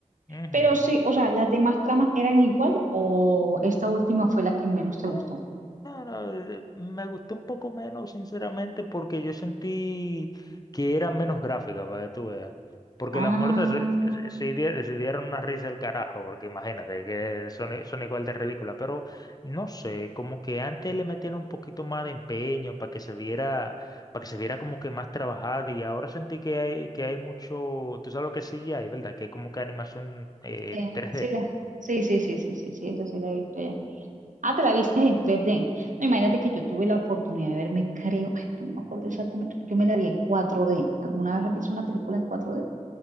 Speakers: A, on the left; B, on the right.
A: Ujú.
B: Pero sí, o sea, ¿las demás tramas eran igual o esta última fue la que menos te
A: Ya,
B: gustó?
A: eso. No, no, eh, me gustó un poco menos, sinceramente, porque yo sentí que era menos gráfica, para que tú veas. Porque
B: Ah,
A: las muertes Mm. eh, eh, sí, die- sí dieron una risa del carajo, porque imagínate que son, i- son igual de ridículas, pero no sé, como que antes le metieron un poquito más de empeño para que se viera, para que se viera como que más trabajada y ahora sentí que hay, que hay mucho, tú sabes lo que sí hay, ¿verdad? Que es como que animación eh,
B: sí,
A: 3D.
B: sí, la, sí, sí, sí, sí, sí, sí, esa sí la he visto ya. Ah, te la viste en 3D. No, imagínate que yo tuve la oportunidad de verme, creo, ay, pero no me acuerdo exactamente, yo me la vi en 4D. ¿Alguna vez has visto una película en 4D?